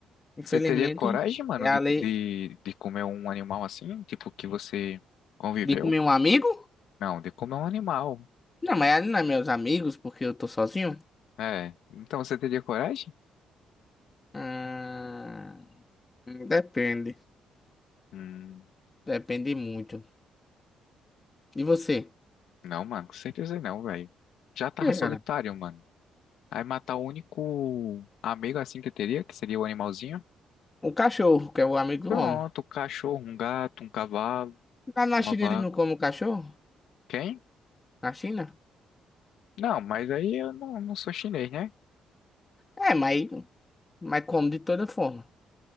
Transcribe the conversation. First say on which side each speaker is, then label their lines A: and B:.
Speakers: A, on the left (about 25°); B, on the left (about 75°).
A: Infelizmente,
B: Você teria coragem, mano,
A: é
B: de,
A: a lei
B: de, de comer um animal assim? Tipo, que você conviveu?
A: de comer um amigo?
B: Não, de comer um animal.
A: Não, mas é, não é meus amigos, porque eu tô sozinho.
B: É. Então você teria coragem?
A: Ah, depende.
B: Hum,
A: Depende muito. E você?
B: não, mano, com certeza não, velho. Já
A: Por
B: tava
A: quê,
B: solitário,
A: cara?
B: mano. Aí matar o único amigo assim que eu teria, que seria o animalzinho.
A: O cachorro, que é o amigo do
B: Pronto,
A: homem.
B: um cachorro, um gato, um cavalo,
A: Lá na
B: uma
A: China
B: vaca.
A: eles não comem cachorro?
B: Quem?
A: Na China?
B: Não, mas aí eu não, não sou chinês, né?
A: É, mas, mas come de toda forma.